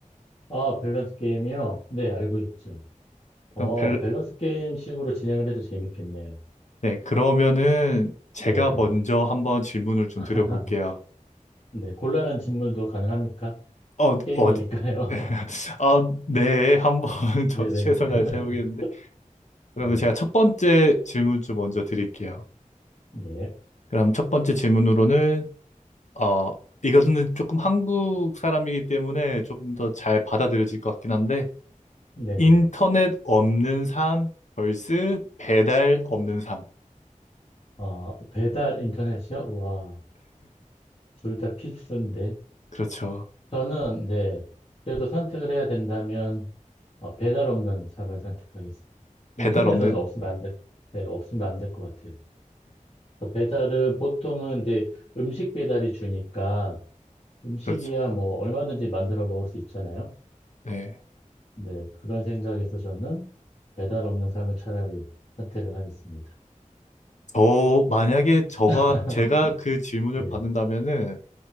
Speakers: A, on the left (about 45°); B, on the left (about 60°).
A: 아, 밸런스 게임이요? 네, 알고 있죠. 어,
B: 그럼 밸,
A: 밸런스 게임 식으로 진행을 해도 재밌겠네요.
B: 네, 그러면은 제가
A: 네.
B: 먼저 한번 질문을 좀
A: <laughs>
B: 드려볼게요.
A: 네, 곤란한 질문도 가능합니까?
B: 어,
A: 게임이니까요.
B: 어디? <laughs>
A: <laughs>
B: 아, 네, 한번 <laughs>
A: 네네.
B: 저도 최선을
A: <laughs>
B: 다해서 해보겠는데. 그러면
A: 네.
B: 제가 첫 번째 질문 좀 먼저 드릴게요.
A: 네.
B: 그럼 첫 번째 질문으로는, 어, 이거는 조금 한국 사람이기 때문에 조금 더 잘 받아들여질 것 같긴 한데,
A: 네네.
B: 인터넷 없는 삶 vs 배달 없는 삶.
A: 아, 배달 인터넷이요? 와, 둘 다 필수인데.
B: 그렇죠.
A: 저는, 네. 그래도 선택을 해야 된다면, 아, 배달 없는 삶을 선택하겠습니다. 인터넷은
B: 배달 없는,
A: 없으면 안 될, 네, 없으면 안 될 것 같아요. 그 배달은 보통은 이제 음식 배달이 주니까 음식이야
B: 그렇죠.
A: 뭐 얼마든지 만들어 먹을 수 있잖아요.
B: 네.
A: 네, 그런 생각에서 저는 배달 없는 삶을 차라리 선택을 하겠습니다.
B: 저, 만약에 저가,
A: <laughs>
B: 제가 그 질문을
A: 네,
B: 받는다면은,